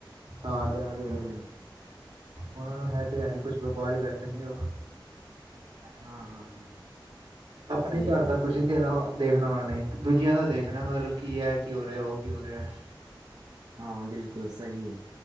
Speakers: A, on the right (about 85°); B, on the right (about 50°).
A: ਹਾਂ ਕੈਮਰੇ
B: ਹੂੰ
A: ਵਾਲੇ
B: ਹੂੰ
A: ਉਹਨਾਂ ਨੂੰ ਹੈ ਤੇ ਹੈ ਨੀ ਕੁਛ ਬਸ ਬਾਰ ਹੀ ਬੈਠਣਗੇ ਉਹ
B: ਹਾਂ ਹਾਂ ਹਾਂ
A: ਅਪਣੇ
B: ਸਹੀ
A: ਘਰ
B: ਗੱਲ
A: ਦਾ
B: ਹੈ
A: ਕੁਛ ਦੇਖਨਾ ਦੇਖਨਾ ਉਨਾਂ ਨੇ ਦੂਜਿਆਂ ਦਾ ਦੇਖਣਾ ਮਤਲਬ ਕੀ ਹੈ ਕੀ ਹੋ ਰਿਹਾ ਉਹ ਕੀ ਹੋ ਰਿਹਾ ਐ
B: ਹਾਂ ਬਿਲਕੁਲ ਸਹੀ ਐ